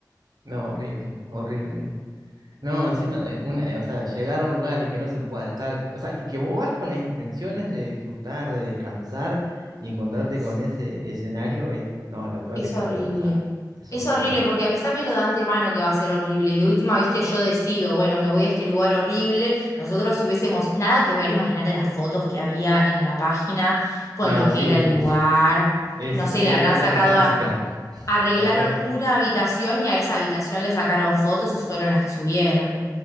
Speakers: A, on the right; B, on the left.
A: no, horrible, horrible. No, encima, eh, una, eh, o sea, llegar a un lugar y que no se pueda estar, que- o sea, y que vos vas con las intenciones de disfrutar, de descansar y encontrarte
B: Ay, sí.
A: con ese escenario es, no, lo peor
B: Es
A: que te
B: horrible.
A: puede pasar. Es
B: Es
A: horrible.
B: horrible porque avísamelo de antemano que va a ser horrible. Y de última, viste, yo decido, bueno, me voy a este lugar horrible. Nosotros si hubiésemos nada que ver, imagínate las fotos que había en la página con
A: No,
B: lo que
A: sí,
B: era el lugar.
A: es,
B: No sé,
A: e-
B: le habrán
A: esa
B: sacado
A: es la clásica,
B: a, arreglaron
A: la clásica.
B: una habitación y a esa habitación le sacaron fotos y fueron las que subieron.